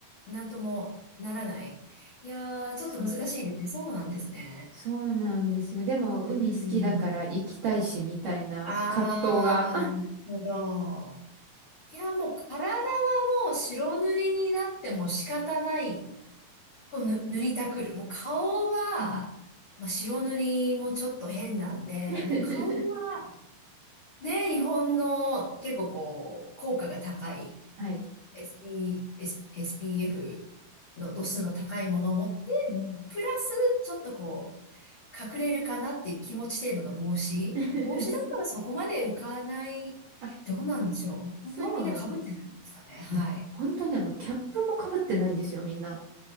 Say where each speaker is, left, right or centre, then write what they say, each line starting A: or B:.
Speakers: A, on the left; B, on the right.
A: なんともならない。いやー、
B: そうです。
A: ちょっと難しいですね。そうなんですね。
B: そうなんですよ。でも、
A: うん。
B: 海好きだから行きたいし、みたいな葛藤が。
A: あー、なるほど。いや、もう体はもう白塗りになっても仕方ない。こうぬ塗りたくる。もう顔は、
B: うん
A: まあ、白塗りもちょっと変なんで、
B: <laughs>
A: もう顔は、ね、日本の結構こう、効果が高い
B: はい。
A: SP、S、SPF の度数の高いものを持って、
B: うん。
A: プラスちょっとこう、隠れるかなっていう気持ち程度の帽子。
B: <laughs>
A: 帽子だったらそこまで浮かない。
B: あ、
A: どうなんでしょう。
B: そうです。
A: 本当にみんな被ってないんですかね。はい。
B: いや、本当にあの、キャップもかぶってないんですよ、みんな。